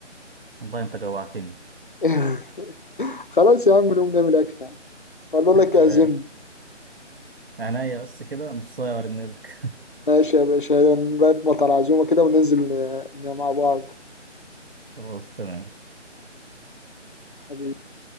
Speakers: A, on the right (about 55°); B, on the left (about 45°).
A: والله انت جوعتني
B: <laughs> خلاص يا عم نقوم نعمل أكل يعني أقول
A: <laughs>
B: لك
A: تمام
B: أعزمني
A: عينيا بس كده نص ساعه وارنلك
B: ماشي يا باشا نرتب على عزومة كده وننزل آه، مع بعض
A: <laughs> خلاص تمام
B: حبيبي